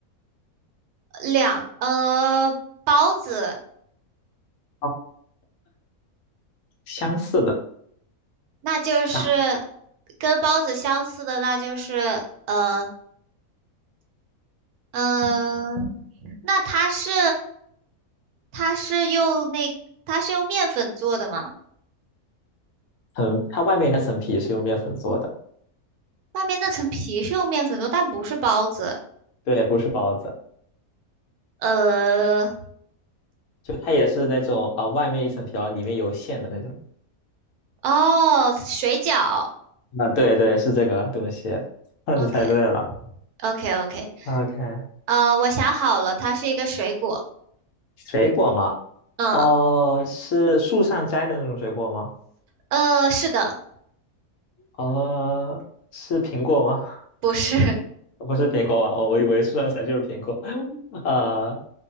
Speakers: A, on the right (about 80°); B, on the left (about 65°).
A: 两呃包子，
B: 啊相似的，
A: 那就是
B: 它
A: 跟包子相似的，那就是呃嗯、呃，那它是它是用那它是用面粉做的吗？
B: 很它外面那层皮是用面粉做的，
A: 外面那层皮是用面粉做，但不是包子。
B: 对，不是包子，
A: 呃，
B: 就它也是那种啊、外面一层皮，然后里面有馅的那种，
A: 哦，水饺
B: 啊、对对是这个东西，<laughs> 那你猜对了
A: ，OK OK OK，
B: ，OK，
A: 呃，我想好了，它是一个水果。
B: 水果嘛。
A: 嗯
B: 哦，是树上摘的那种水果吗？
A: 呃，是的，
B: 哦，是苹果吗？
A: 不是，
B: <laughs> 不是苹果吧？哦，我以为树上摘就是苹果。<laughs> 呃，